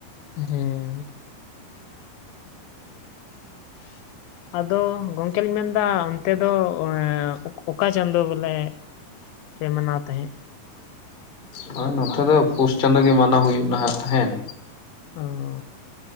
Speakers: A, on the left (about 80°); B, on the left (about 30°).
A: ᱦᱮᱸ᱾ ᱟᱫᱚ ᱜᱚᱝᱠᱮ ᱞᱤᱧ ᱢᱮᱱᱫᱟ ᱚᱱᱛᱮ ᱫᱚ ᱮᱸ ᱚᱠᱟ ᱪᱟᱸᱫᱚ ᱵᱚᱞᱮ ᱯᱮ ᱢᱟᱱᱟᱣ ᱛᱟᱦᱮᱸᱜ
B: ᱦᱳᱭ ᱱᱚᱛᱮ ᱫᱚ ᱯᱩᱥ ᱪᱟᱸᱫᱳ ᱜᱮ ᱢᱟᱱᱟᱣ ᱦᱩᱭᱩᱜ ᱱᱟᱦᱟᱸᱜ ᱛᱟᱦᱮᱸᱱ᱾
A: ᱚᱸ᱾